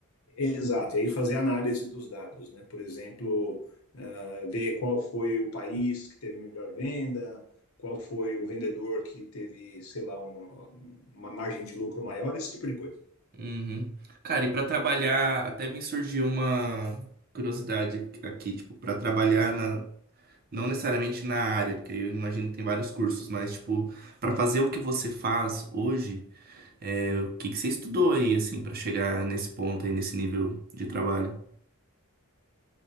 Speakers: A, on the left; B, on the right.
A: Exato, e aí fazer análise dos dados, né? Por exemplo, ah, ver qual foi o país que teve melhor venda, qual foi o vendedor que teve, sei lá, uma, uma margem de lucro maior, esse tipo de coisa.
B: Uhum. Cara, e pra trabalhar, até me surgiu uma curiosidade aqui, tipo, pra trabalhar na, Não necessariamente na área, porque eu imagino que tem vários cursos, mas, tipo, pra fazer o que você faz hoje, é, o que que você estudou aí, assim, pra chegar nesse ponto aí, nesse nível de trabalho,